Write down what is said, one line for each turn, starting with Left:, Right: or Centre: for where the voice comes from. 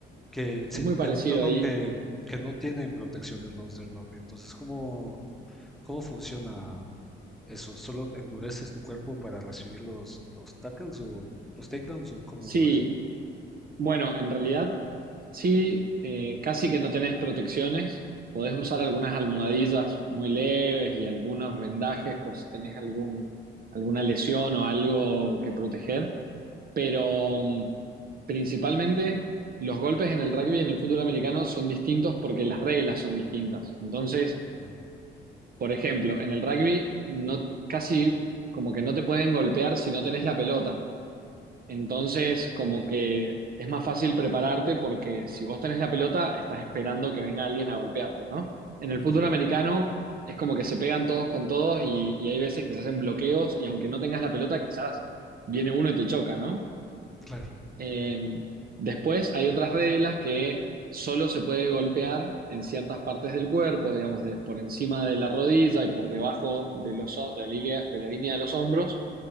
Centre: que, sí,
Right: Es muy parecido
Centre: he notado
Right: ahí.
Centre: que, que no tienen protecciones los del rugby. Entonces, ¿cómo, cómo funciona eso? ¿Solo endureces tu cuerpo para recibir los, los tackles o los takedowns o cómo
Right: Sí,
Centre: lo haces?
Right: Bueno, en realidad sí, eh, casi que no tenés protecciones. Podés usar
Centre: Ujú,
Right: algunas almohadillas muy leves y algunos vendajes por si tenés algún, alguna lesión o algo que proteger. Pero mm, principalmente los golpes en el rugby y en el fútbol americano son distintos porque las reglas son distintas. Entonces,
Centre: ujú,
Right: por ejemplo, en el rugby no, casi como que no te pueden golpear si no tenés la pelota. Entonces, como que es más fácil prepararte porque si vos tenés la pelota, estás esperando que venga alguien a golpearte, ¿no? En el fútbol
Centre: ujú.
Right: americano es como que se pegan todos con todos y, y hay veces que se hacen bloqueos y aunque no tengas la pelota, quizás viene uno y te choca, ¿no?
Centre: Claro,
Right: Eh, después hay otras reglas que solo se puede golpear en ciertas partes del cuerpo, digamos, de- por encima de la rodilla y por debajo de, los, ho- de la línea, de la línea de los hombros